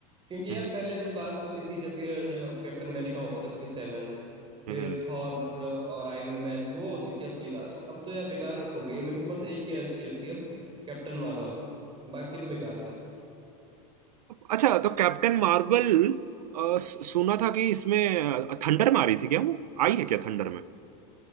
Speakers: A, on the right; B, on the right.
A: क्योंकि
B: हम्म
A: यार पहले जो कास्ट होती थी जैसे कैप्टन अमेरिका होता था क्रिस एवंस फिर
B: हम्म
A: थॉर और आयरन मैन वो होती थी असली कास्ट अब तो यार बेकार हो गई है मेरे को बस एक ही अच्छी लगती है अब कैप्टन मार्वल बाकी तो बेकार है सब
B: अच्छा तो कैप्टन मार्वल अ, स- सुना था कि इसमें थंडर में आ रही थी क्या वो आई है क्या थंडर में